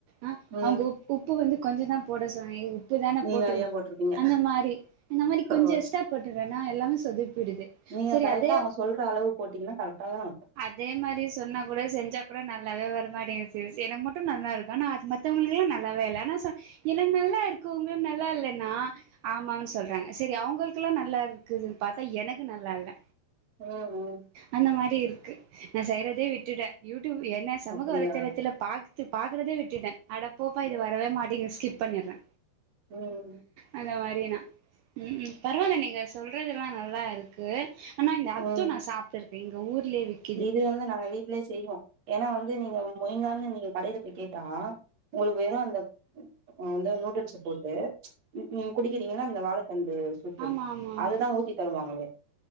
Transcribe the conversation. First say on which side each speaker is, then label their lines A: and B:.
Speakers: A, on the right; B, on the right.
A: ஆ
B: ம்
A: அவங்க உப் உப்பு வந்து கொஞ்ச தா போட சொன்னாங்க உப்பு தான
B: நீங்க
A: போட்டுல்ல
B: நெறையா போட்ருக்கீங்க
A: அந்த மாரி அந்த மாரி
B: ஓ
A: கொஞ்ச எஸ்டா போட்டுறேன்னா எல்லா சொதப்பிடுது
B: நீங்க
A: சரி
B: கரெக்டா
A: அதே
B: அவங்க சொல்ற அளவு போட்டீங்கன்னா கரெக்டா தா இருக்கு
A: இதே மாரி சொன்னா கூட செஞ்சா கூட நல்லாவே வரமாட்டேங்குது சிஸ் என்னமா ட்டு நல்லா இருக்கு அனா அது மத்தவங்களுக்குல்லா நல்லாவே ஆனா எனக்கு நல்லா இருக்கு உங்களுக்கு நல்லா இல்லன்னா ஆமாவனு சொல்றாங்க சரி அவங்களுக்லாம் நல்லா இருக்குதுன்னு பாத்தா எனக்கு நல்லா இல்ல
B: ம் ம்
A: அந்த மாரி இருக்கு நா செய்யறதே விட்டுட யூடியூப் என்ன சமூக
B: அப்டியா
A: வலைதளத்துல பாக் து பாக்குறதே விட்டுட்ட அட போப்பா
B: ம்
A: இது வரவே மாட்டிங்குது ஸ்கிப் பண்ணிர்றே
B: ம்
A: அந்த மாரி நா ம் பரவாயில்ல நீங்க சொல்றதுலாம் நல்லா இருக்கு அனா இந்த அத்தோ
B: ம்
A: நா சாப்ட்டுருக்கேன் இங்க ஊர்லயே விக்
B: இது வந்து நாங்க வீட்லயே செய்வோ ஏன்னா வந்து நீங்க மொயிங்கான்னு நீங்க கடையில போய் கேட்டா உங்களுக்கு வெறும் அந்த இந்த நூடுல்ஸ போட்டு ம் ம் குடிக்கிறீங்கன்னா இந்த வாழைத்தண்டு சூப்
A: ஆமா ஆமா ஆமா
B: அததா ஊத்தி தருவாங்களே